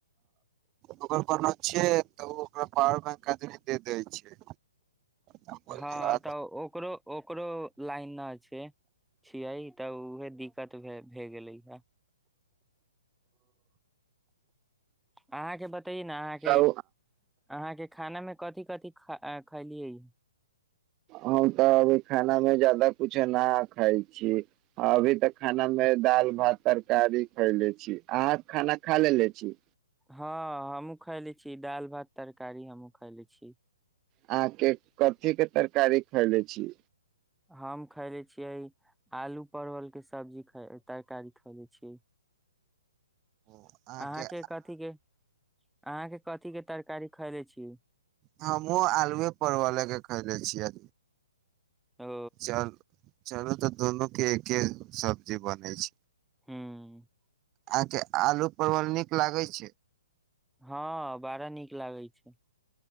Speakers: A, on the right (about 25°); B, in the centre.
A: ओकर कोनो छिय तऽ ओ ओकरा पावर बैंक आदमी दे दैत छै हम बोललियै
B: हँ तऽ ओकरो ओकरो लाइन न छै छियै तऽ उहे दिक्कत भ भए गेलै ह अहाँके बत तहि न अहाँके
A: तब
B: अहाँके खाना मे कथि कथि ख आंय खलियै य
A: हम तऽ अभी खाना मे जादा कुछ न खाय छी अभी तऽ खाना मे दाल भात तरकारी खैले छी अहाँ खाना खा लेे‌ले छी
B: हँ हमहूँ खयले छी दाल भात तरकारी हमहूँ खयले छी
A: अहाँ के कथी के तरकारी खैले छी
B: हम खैले छियै आलू परवलके सब्जी ख तरकारी खैले छियै
A: अहाँके
B: अहाँ के कथी के अहाँ के कथी के तरकारी खैले छी छी
A: हमहूँ आलुए परवल ले के खैले छियै
B: ओ
A: चल चलू तऽ दुनू के एके सब्जी बनै छै
B: हूँ
A: अहाँके आलू परवल नीक लागै छै
B: हँ बड़ा नीक लागै छै